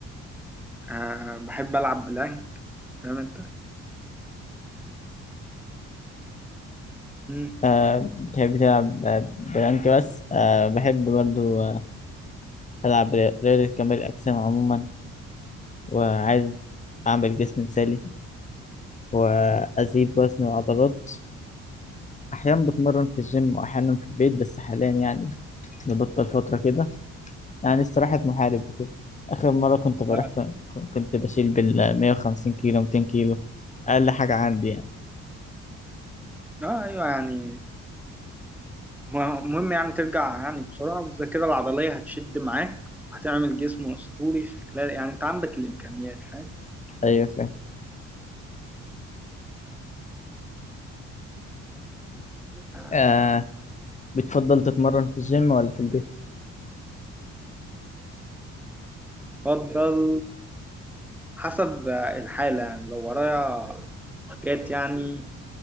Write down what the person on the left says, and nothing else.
آه، بتحب تلعب آه، بلانك بس؟ آه، بحب برضو آه، ألعب ري- رياضة كمال الأجسام عموما وعايز أعمل جسم مثالي وأزيد وزن وعضلات أحيانا بتمرن في الجيم وأحيانا في البيت بس حاليا يعني نبطل فترة كده يعني استراحة محارب وكده آخر مرة كنت بروح
ب- كنت بشيل بال 150 كيلو 200 كيلو أقل حاجة عندي يعني
أيوة فاهم
آه بتفضل تتمرن في الجيم ولا في البيت؟